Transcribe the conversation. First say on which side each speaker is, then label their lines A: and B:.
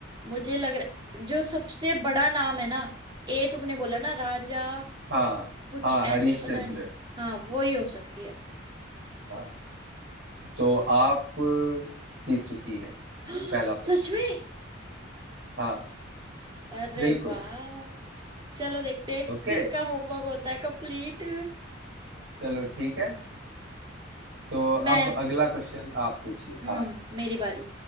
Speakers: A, on the right; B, on the right.
A: मुझे लग रहा जो सबसे बड़ा नाम है ना ए तुमने बोला ना राजा
B: हाँ
A: कुछ
B: हाँ
A: ऐसे
B: हरीश
A: ही पता
B: चंद्र
A: नहीं हाँ वो ही हो सकती है
B: हाँ तो आप जीत चुकी हैं
A: <gasps>
B: पहला प्रश्न
A: सच में
B: हाँ
A: अरे
B: बिल्कुल
A: वाह चलो देखते हैं
B: ओके
A: किसका होमवर्क होता है कंप्लीट
B: चलो ठीक है तो
A: मैं
B: अब अगला क्वेश्चन आप पूछिए
A: हम्म
B: हाँ
A: मेरी बारी